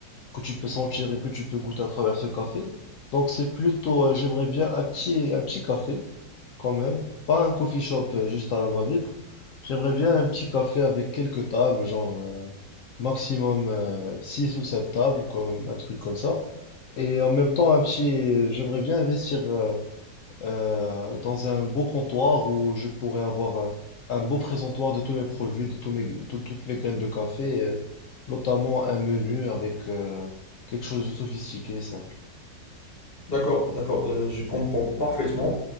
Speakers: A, on the left (about 80°); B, on the left (about 40°).
A: que tu peux sentir et que tu peux goûter à travers ce café. Donc c'est plutôt, euh, j'aimerais bien un petit, un petit café quand même, pas un coffee shop euh, juste à la va-vite. J'aimerais bien un petit café avec quelques tables, genre euh, maximum euh, 6 ou 7 tables, comme, un truc comme ça. Et en même temps, un petit, j'aimerais bien investir euh, euh, dans un beau comptoir où je pourrais avoir un, un beau présentoir de tous mes produits, de tous mes, de toutes mes graines de café, euh, notamment un menu avec euh, quelque chose de sophistiqué et simple.
B: D'accord, d'accord, euh, je comprends parfaitement.